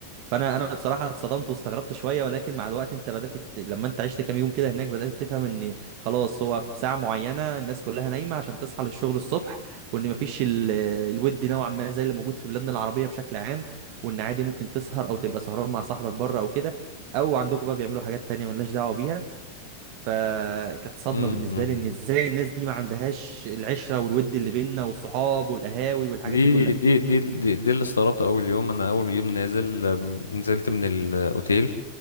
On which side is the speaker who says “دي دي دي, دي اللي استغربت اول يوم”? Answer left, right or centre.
Left